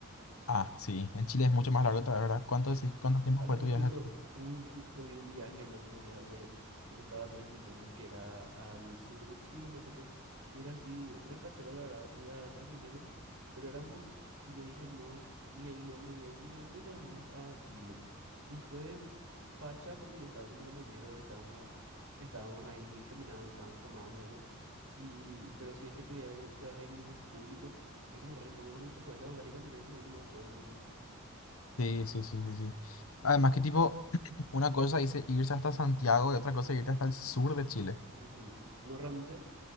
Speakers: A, on the left (about 70°); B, on the right (about 70°).
A: Ah, sí, en Chile es mucho más largo otra vez, ¿verdad? ¿Cuánto
B: Sí, sí.
A: decís? ¿Cuánto tiempo
B: Hace
A: fue
B: poco
A: tu viaje?
B: he visto
A: a Chile?
B: un, <laughs> justito vi un viaje el otro día de que costaba 3 millones, que era al sur de Chile, no sé qué. Y era así, re fachero, la verdad, ir a 3 millones, pero era en bus. Y yo dije, no, ni ahí luego me voy a ir porque ya me fui luego en bus a Chile. Y fue facha porque yo estaba con mi compañero, estábamos, estábamos ahí caminando, estábamos tomando eso. Y, pero si es que te, voy a ir- te vas a ir en un bus público, es como re incómodo porque no te puedes levantar y caminar por ahí nomás al pedo, ¿entendés?
A: Sí, sí, sí, sí, sí. Además que tipo, <clears throat> una cosa dice irse hasta Santiago y otra cosa irte hasta el sur de Chile.
B: Ujú. No, realmente,